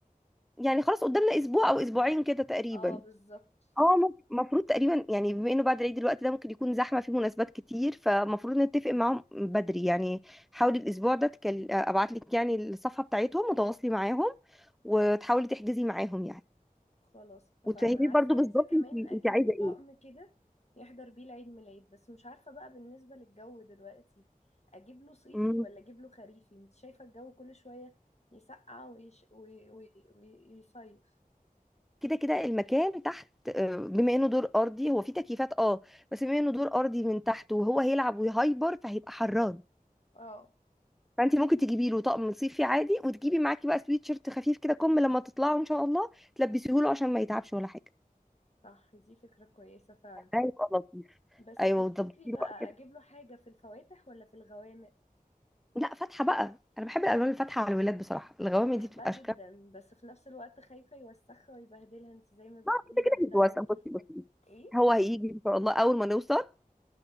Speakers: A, in the centre; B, on the left (about 45°).
A: يعني خلاص قدامنا اسبوع او اسبوعين كده تقريبا
B: اه بالظبط
A: اه ممكن- المفروض تقريبا يعني بما انه بعد العيد الوقت ده ممكن يكون زحمه في مناسبات كتير فمفروض نتفق معاهم بدري يعني حاولي الاسبوع ده تكل... ابعت لك يعني الصفحه بتاعتهم وتواصلي معاهم وتحاولي تحجزي معاهم يعني
B: خلاص اتفقنا
A: وتفهمي
B: عارفة
A: برضو
B: عايزة
A: بالظبط
B: كمان
A: انت
B: اجيب
A: انت عايزه
B: له
A: ايه
B: طقم كده يحضر بيه العيد ميلاد بس مش عارفة بقى بالنسبة للجو دلوقتي اجيب له صيفي
A: امم
B: ولا اجيب له خريفي انت شايفة الجو كل شوية يسقع ويش... وي... وي... وي... ويصيف
A: كده كده المكان تحت آه، بما انه دور ارضي هو فيه تكييفات اه بس بما انه دور ارضي من تحت وهو هيلعب ويهايبر فهيبقى حران
B: اه
A: فانت ممكن تجيبي له طقم صيفي عادي وتجيبي معاكي بقى سويت شيرت خفيف كده كم لما تطلعوا ان شاء الله تلبسيه له عشان ما يتعبش ولا حاجه
B: صح دي فكرة كويسة فعلا
A: ده يبقى لطيف
B: بس
A: ايوه
B: تفتكري
A: وتظبطي
B: بقى
A: له بقى كده
B: اجيب له حاجة في الفواتح ولا في الغوامق
A: لا فاتحه بقى انا بحب الالوان الفاتحه على الولاد بصراحه الغوامق
B: انا بحبها
A: دي بتبقى
B: جدا
A: اشكال
B: بس في نفس الوقت خايفة يوسخها ويبهدلها انت زي ما بتقولي
A: ما كده
B: بهدلة
A: كده هيتوسع
B: وتورتة
A: بصي بصي
B: ايه
A: هو هيجي ان شاء الله اول ما نوصل